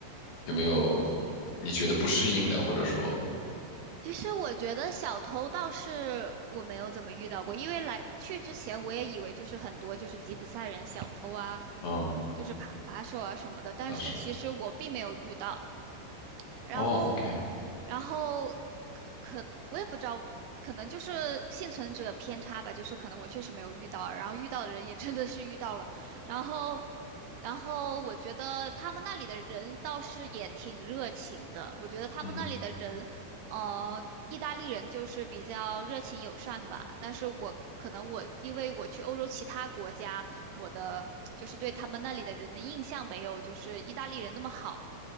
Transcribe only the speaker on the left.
有没有你觉得不适应的，
或者说
嗯，
他说
哦，OK。
嗯。